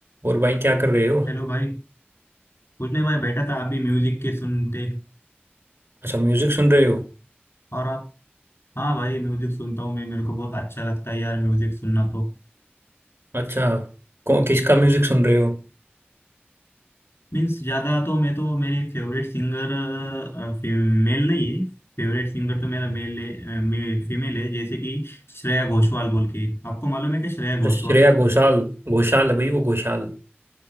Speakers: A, on the right; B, on the left.
A: और भाई क्या कर रहे हो
B: Hello भाई कुछ नहीं भाई बैठा था अभी म्यूजिक के सुनते
A: अच्छा म्यूजिक सुन रहे हो
B: और आप हाँ भाई म्यूजिक सुनता हूँ मैं मेरे को बहुत अच्छा लगता है यार म्यूजिक सुनना तो
A: अच्छा कौन किसका म्यूजिक सुन रहे हो
B: मीन्स ज्यादा तो मैं तो मेरी फेवरेट सिंगर मेल नहीं है फेवरेट सिंगर तो मेरा मेल है फीमेल है जैसे कि श्रेया घोषाल बोल के आपको मालूम है कि श्रेया घोषाल
A: अच्छा, श्रेया घोषाल घोषाल है भाई वो घोषाल